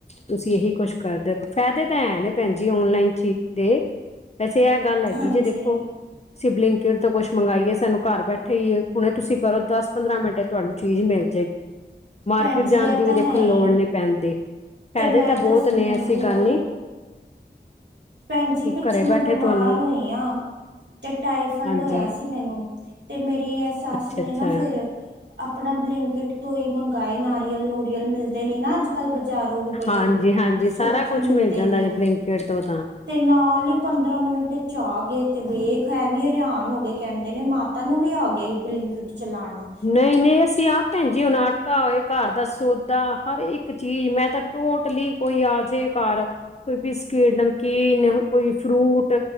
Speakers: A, on the left; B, on the right.
A: ਤੁਸੀਂ ਇਹੀ ਕੁਛ ਕਰਦੇ ਰਹੋ। ਫਾਇਦੇ ਤਾਂ ਐਂ ਨੇ ਭੈਣ ਜੀ ਓਨਲਾਈਨ ਚੀਜ ਦੇ। ਵੈਸੇ ਇਹ ਗੱਲ ਹੈਗੀ
B: ਹਾਂਜੀ
A: ਜੇ ਦੇਖੋ, ਸ਼ਿਵਲਿੰਗ ਤੋਂ ਕੁੱਛ ਮੰਗਾਈਏ। ਸਾਨੂੰ ਘਰ ਬੈਠੇ ਹੀਏ, ਹੁਣੇ ਤੁਸੀਂ ਕਰੋ, ਦਸ- ਪੰਦਰਾਂ ਮਿੰਟ ਤੁਹਾਨੂੰ ਚੀਜ਼ ਮਿਲ ਜਾਏਗੀ। ਮਾਰਕੀਟ
B: ਭੈਣ
A: ਜਾਣ
B: ਜੀ ਇਹ
A: ਦੀ
B: ਤਾਂ
A: ਵੀ
B: ਹੈ
A: ਦੇਖੋ ਲੋੜ
B: ਹੀ
A: ਨਹੀਂ ਪੈਂਦੀ। ਫਾਇਦੇ
B: ਤੇ ਮੈਂ
A: ਤਾਂ ਬਹੁਤ
B: ਦੱਸਨੀ
A: ਨੇ ਐਸੀ
B: ਆ ਹੋਰ
A: ਗੱਲ ਨੀ
B: ਭੈਣ ਜੀ
A: ਕਿ
B: ਪਿੱਛੇ
A: ਘਰੇ
B: ਮੈਂ
A: ਬੈਠੇ
B: ਬਿਮਾਰ
A: ਤੁਹਾਨੂੰ
B: ਹੋਈ ਹਾਂ ਤੇ ਟਾਈਫਾਈਡ
A: ਹਾਂਜੀ
B: ਹੋਇਆ ਸੀ, ਮੈਨੂੰ ਤੇ ਮੇਰੀ ਇਹ ਸਸ
A: ਅੱਛਾ
B: ਨੇ
A: ਅੱਛਾ
B: ਨਾ ਫੇਰ ਅਪ ਆਪਣਾ ਬਲਿੰਕਟ ਤੋਂ ਹੀ ਮੰਗਵਾਏ ਨਾਰੀਅਲ ਨੂਰੀਅਲ ਮਿਲਦੇ ਨੀ ਨਾ ਅੱਜ ਕੱਲ੍ਹ ਬਜਾਰੋ ਵੀ ਬੜੇ
A: ਹਾਂਜੀ ਹਾਂਜੀ ਸਾਰਾ
B: ਸੌਖੀ
A: ਕੁਛ
B: ਮਿਲਦੇ
A: ਮਿਲ ਜਾਂਦਾ
B: ਨੇ
A: ਜੇ ਬਲਿੰਕਟ ਤੋਂ ਤਾਂ
B: ਤੇ ਨਾਲ ਹੀ ਪੰਦਰਾਂ ਮਿੰਟ ਚ ਆ ਗੇ ਤੇ ਵੇਖ ਹੈ ਵੀ ਹੈਰਾਨ ਹੋ ਗਏ ਕਹਿੰਦੇ ਨੇ ਮਾਤਾ ਨੂੰ ਵੀ ਆ ਗਿਆ ਬਲਿੰਕਿਟ ਚਲਾਉਣਾ
A: ਨਹੀਂ ਨਹੀਂ ਅਸੀਂ ਆਪ ਭੈਣ ਜੀ ਹੁਣ ਆਟਾ ਹੋਏ ਘਰ ਦਾ ਸੋ ਦਾ ਹਰ ਇੱਕ ਚੀਜ਼ ਮੈਂ ਤਾਂ ਟੋਟਲੀ ਕੋਈ ਆ ਜੇ ਘਰ ਕੋਈ ਬਿਸਕਿਟ, ਨਮਕੀਨ, ਕੋਈ ਫਰੂਟ,